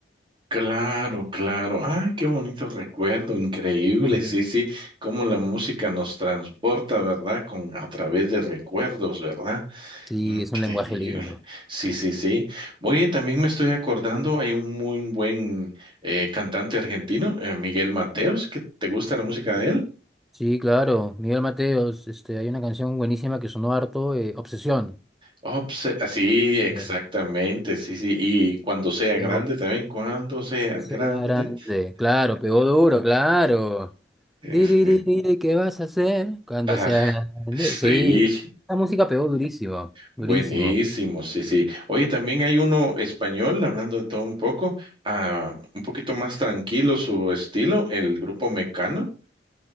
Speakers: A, on the right; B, in the centre.
A: claro, claro. Ay, qué bonito recuerdo, increíble.
B: Muy bueno.
A: Sí, sí, cómo la música nos transporta, ¿verdad? Con a través de recuerdos, ¿verdad?
B: Sí,
A: Increíble.
B: es un lenguaje lindo.
A: Sí, sí, sí. Oye, también me estoy acordando, hay un muy buen eh, cantante argentino, eh, Miguel Mateos, que te gusta la música de él.
B: Sí, claro, Miguel Mateos, este, hay una canción buenísima que sonó harto, eh, Obsesión.
A: Oh, pues, eh, sí, exactamente,
B: Eh,
A: sí, sí. Y cuando sea grande
B: pegó.
A: también, cuando seas
B: Ese
A: grande.
B: grande, claro, pegó duro, claro.
A: eh,
B: Diriririri,
A: fin-
B: ¿qué vas a hacer cuando
A: ah,
B: sea grande?
A: sí,
B: Sí, la música pegó durísimo, durísimo.
A: buenísimo, sí, sí. Oye, también hay uno español, hablando de todo un poco, ah, un poquito más tranquilo su estilo, el grupo Mecano.